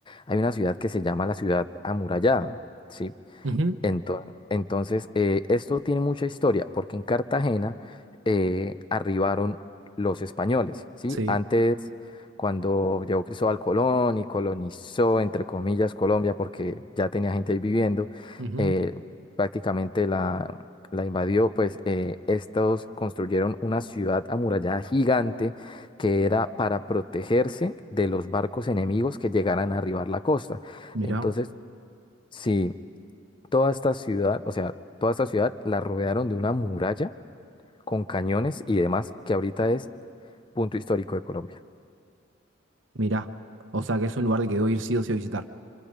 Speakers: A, on the left (about 25°); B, on the right (about 65°).
A: hay una ciudad que se llama la ciudad amurallada, ¿sí?
B: Ujú,
A: Ento- Entonces, eh, esto tiene mucha historia, porque en Cartagena eh, arribaron los españoles, ¿sí?
B: Sí,
A: Antes, cuando llegó Cristóbal Colón y colonizó, entre comillas, Colombia, porque ya tenía gente ahí viviendo,
B: ujú,
A: eh, prácticamente la, la invadió, pues eh, estos construyeron una ciudad amurallada gigante que era para protegerse de los barcos enemigos que llegaran a arribar la costa.
B: Mirá,
A: Entonces, sí toda esta ciudad, o sea, toda esta ciudad la rodearon de una muralla con cañones y demás que ahorita es punto histórico de Colombia.
B: mirá. O sea que es un lugar que debo ir sí o sí a visitar.